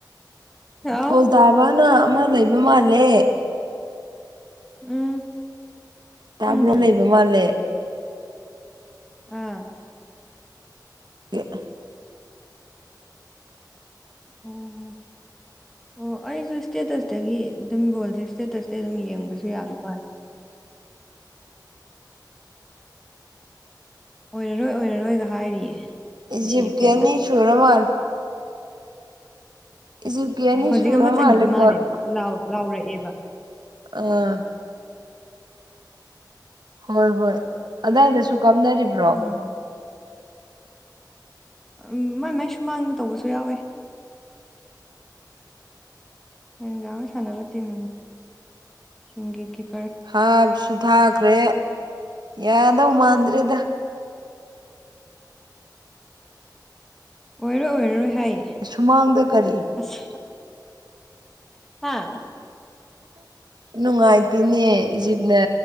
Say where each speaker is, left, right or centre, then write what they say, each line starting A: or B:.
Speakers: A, in the centre; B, on the right.
A: ꯍꯥꯎ
B: ꯐꯣꯜ ꯇꯥꯕꯥꯅ ꯑꯃ ꯂꯩꯕ ꯃꯥꯜꯂꯦ
A: ꯎꯝ
B: ꯇꯥꯕ꯭ꯔꯣ
A: ꯐꯪꯗꯤꯌꯦ
B: ꯂꯩꯕ ꯃꯥꯜꯂꯦ
A: ꯑꯥ
B: ꯑꯦ
A: ꯑꯣ ꯑꯣ ꯑꯩꯁꯨ ꯏꯁꯇꯦꯇ꯭ꯁꯇꯒꯤ ꯑꯗꯨꯝ ꯔꯣꯜꯖꯦꯁ ꯏ꯭ꯁꯇꯦꯇ꯭ꯁ ꯇꯩ ꯑꯗꯨꯝ ꯌꯦꯡꯕꯁꯨ ꯌꯥꯕ ꯋꯥ ꯑꯣꯏꯔꯔꯣꯏ ꯑꯣꯏꯔꯔꯣꯏꯒ ꯍꯥꯏꯔꯤꯌꯦ
B: ꯏꯖꯤꯕꯒ
A: ꯃꯦꯁꯤ
B: ꯀꯤ
A: ꯐꯦꯟꯅ
B: ꯑꯅꯤ ꯁꯨꯔ ꯃꯥꯜꯂꯦ ꯏꯖꯤꯞꯀꯤ ꯑꯅꯤ
A: ꯍꯧꯖꯤꯛ
B: ꯁꯨꯔ
A: ꯑꯃ ꯆꯟꯒꯤꯕ
B: ꯃꯥꯜꯂꯦ
A: ꯃꯥꯜꯂꯦꯕ
B: ꯒꯣꯜ
A: ꯂꯥꯎ ꯂꯥꯎꯔꯛꯑꯦꯕ
B: ꯑꯥ ꯍꯣꯏ ꯍꯣꯏ ꯑꯗꯥꯏꯗꯁꯨ ꯀꯥꯞꯅꯔꯤꯕ꯭ꯔꯣ
A: ꯎꯝ ꯎꯝ ꯃꯥꯏ ꯃꯥꯏ ꯁꯨꯃꯥꯡꯗ ꯇꯧꯕꯁꯨ ꯌꯥꯎꯋꯦ <unintelligible> ꯁꯥꯟꯅꯕ ꯇꯤꯝ ꯁꯤꯡꯒꯤ ꯒꯤꯞ
B: ꯍꯥꯞꯁꯨ ꯊꯥꯈ꯭ꯔꯦ ꯌꯥꯗꯧ ꯃꯥꯟꯗ꯭ꯔꯦꯗ
A: ꯑꯣꯏꯔꯔꯣꯏ ꯑꯣꯏꯔꯔꯣꯏ ꯍꯥꯏꯌꯦ
B: ꯁꯨꯃꯥꯡꯗ ꯀꯔꯤ
A: ꯑ꯭ꯁ ꯍꯥꯥ
B: ꯅꯨꯡꯉꯥꯏꯇꯦꯅꯦ ꯏꯖꯤꯞꯅ